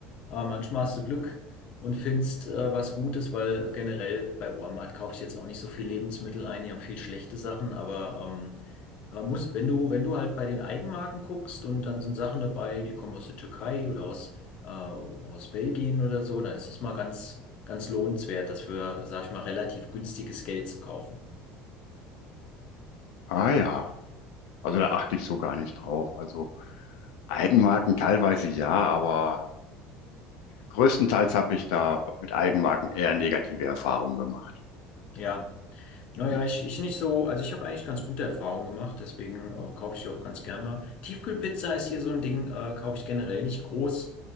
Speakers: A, on the left; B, on the left.
A: Aber manchmal hast du Glück und findest äh, was Gutes, weil generell bei Walmart kaufe ich jetzt auch nicht so viel Lebensmittel ein. Die haben viel schlechte Sachen, aber ähm, man muss, wenn du, wenn du halt bei den Eigenmarken guckst und dann sind Sachen dabei, die kommen aus der Türkei oder aus äh, aus Belgien oder so, dann ist es mal ganz, ganz lohnenswert, das für, sag ich mal, relativ günstiges Geld zu kaufen.
B: Ah ja, also da achte ich so gar nicht drauf. Also Eigenmarken teilweise ja, aber Größtenteils habe ich da mit Eigenmarken eher negative Erfahrungen gemacht.
A: Ja. Naja,
B: Oh,
A: ich, ich nicht so, also ich habe eigentlich ganz gute Erfahrungen gemacht, deswegen äh, kaufe ich die auch ganz gern mal. Tiefkühlpizza ist hier so ein Ding, äh, kaufe ich generell nicht groß,